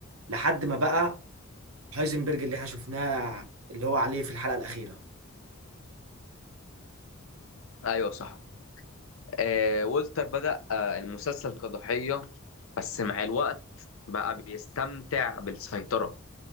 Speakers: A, on the right; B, on the left.
A: لحد ما بقى هايزنبرج اللي احنا شفناه اللي هو عليه في الحلقة الأخيرة
B: أيوه صح آه والتر بدأ آه المسلسل كضحية بس مع الوقت بقى بيستمتع بالسيطرة